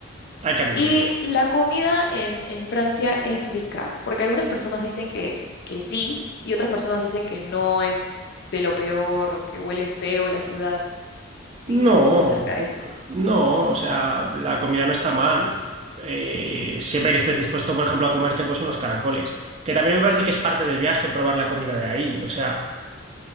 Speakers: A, on the right; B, on the left.
A: hay que admitirlo.
B: Y la comida en, en Francia es rica, porque algunas personas dicen que, que sí y otras personas dicen que no es de lo peor o que huele feo la ciudad. Dime
A: No,
B: un poco acerca de eso.
A: no, o sea, la comida no está mal. Eh, siempre que estés dispuesto, por ejemplo, a comerte pues unos caracoles, que también me parece que es parte del viaje probar la comida de ahí. O sea,